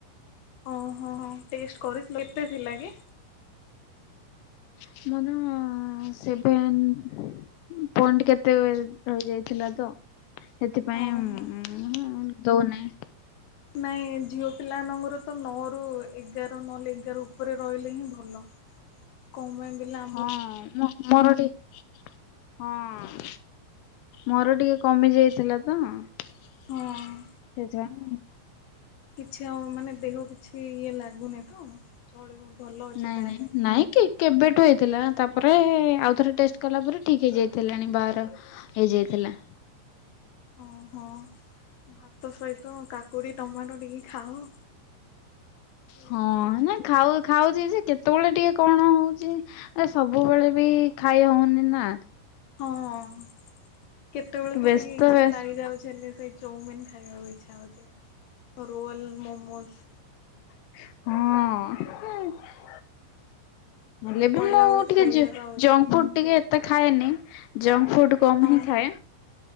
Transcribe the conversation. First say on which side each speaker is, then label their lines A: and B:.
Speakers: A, on the left; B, on the left.
A: ଓହୋ, ଟେଷ୍ଟ କରିଥିଲ? ଏତେ ଥିଲା କି?
B: <unintelligible> ସେଭେନ୍ ପଏନ୍ଟ କେତେ ରହିଯାଇଥିଲା ତ। ସେଥିପାଇଁ
A: ଓହୋ।
B: <unintelligible> ଦଉନାଇ।
A: ନାଇଁ ଝିଅ ପିଲା ନମ୍ବର ତ ନଅ ରୁ ଏଗାର ନହେଲେ ଏଗାର ଉପରେ ରହିଲେ ହିଁ ଭଲ। <unintelligible> କଉ ଗାଁ ପିଲା।
B: ହଁ ମୋର ଟିକେ ହଁ ମୋର ଟିକେ କମି ଯାଇଥିଲା ତ। ସେଇଥି
A: ହଁ
B: ପାଇଁ
A: କିଛି ଆଉ ମାନେ ଦେହ କିଛି ଇଏ ଲାଗୁନି ତ? ଚଳିବ ଭଲ ଅଛି
B: ନାଇଁ
A: ତାହେଲେ।
B: ନାଇଁ ନାଇଁ କି କେବେଠୁ ହେଇଥିଲା ନାଁ। ତାପରେ ଆଉଥରେ ଟେଷ୍ଟ କଲା ପରେ ଠିକ୍ ହେଇଯାଇଥିଲାଣି ବାହାର। ହେଇ ଯାଇଥିଲା।
A: ଓହୋ ଭାତ ସହିତ କାକୁଡି ଟମାଟୋ ଟିକେ ଖାଅ। ହେଲେ
B: ହଁ
A: ଭଲ ଲାଗିବ
B: ନାଇ ଖାଉ
A: ହେଲେ
B: ଖାଉଛି ଯେ କେତେବେଳେ ଟିକେ କଣ ହଉଛି। ଏ ସବୁବେଳେ ବି ଖାଇ ହଉନି ନା
A: ହଁ ହଁ କେତେବେଳେ
B: ବ୍ୟସ୍ତ
A: ତ ଟିକେ ଇଚ୍ଛା
B: ବ୍ୟସ୍ତ
A: ଲାଗି ଯାଉଛି। ହେଲେ ସେଇ ଚଉମିିନ ଖାଇବା ପାଇଁ। ଇଛା ହଉଛି ରୋଲ ମୋମୋଜ
B: ହୁଁ। ହେଲେ ବି
A: କହିଲା
B: ମୁଁ
A: ବେଳକୁ
B: ଟିକେ
A: ସେଇ
B: ଜ
A: ଜାଗା ଆଉ ଏତେ
B: ଜଙ୍କ ଫୁଡ ଟିକେ ଏତେ ଖାଏନି ଜଙ୍କ ଫୁଡ କମ୍
A: ହଁ
B: ହିଁ ଖାଏ